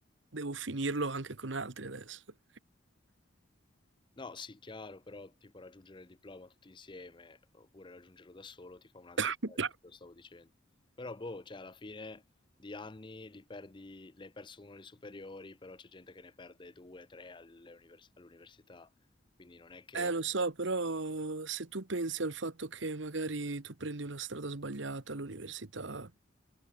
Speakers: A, on the right; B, on the left.
A: devo finirlo anche con altri adesso.
B: No, sì, chiaro, però tipo raggiungere il diploma tutti insieme, oppure raggiungerlo da solo, ti fa un altro
A: <coughs>
B: effetto, quello stavo dicendo. Però, boh, cioè, alla fine di anni li perdi, ne hai perso uno alle superiori, però c'è gente che ne perde due, tre alle univers- all'università, quindi non è che...
A: Eh, lo so, però se tu pensi al fatto che magari tu prendi una strada sbagliata all'università